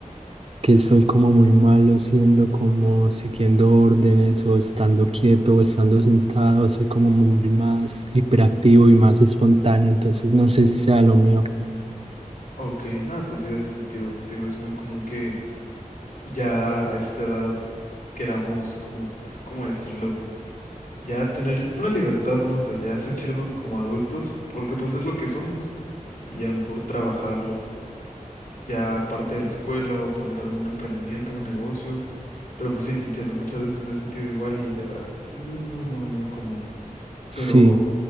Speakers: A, on the right; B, on the left.
A: que soy como muy malo siendo como siguiendo órdenes o estando quieto o estando sentado, soy como muy más hiperactivo y más espontáneo, entonces no sé si sea lo mío.
B: Ok, nada, pues sí hace sentido. Digo, es muy común que ya a esta edad queramos, como, pues, ¿cómo decirlo? Ya tener una libertad, ¿no? O sea, ya <laughs> sentirnos como adultos, porque pues es lo que somos. Y a lo mejor trabajar ya aparte de la escuela o poner algún emprendimiento, un negocio, pero pues sí, te entiendo, muchas veces me he sentido igual y de verdad, muy, muy, muy común.
A: Sí.
B: Pero